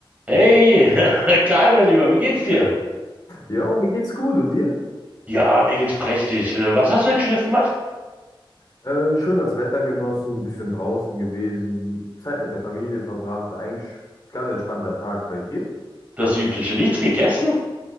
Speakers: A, on the right (about 15°); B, on the left (about 40°).
A: Hey, <laughs> Karl, mein Lieber, wie geht's dir?
B: Ja, mir geht's gut. Und dir?
A: Ja, mir geht's prächtig. Äh, Was hast du heute Schönes gemacht?
B: Äh, schön das Wetter genossen, bisschen draußen gewesen, Zeit mit der Familie verbracht. Eigentlich ganz entspannter Tag bei dir.
A: Das Übliche. Nichts gegessen?